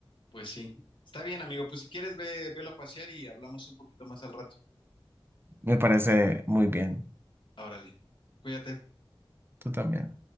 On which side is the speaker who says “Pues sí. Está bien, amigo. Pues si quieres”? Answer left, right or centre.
Left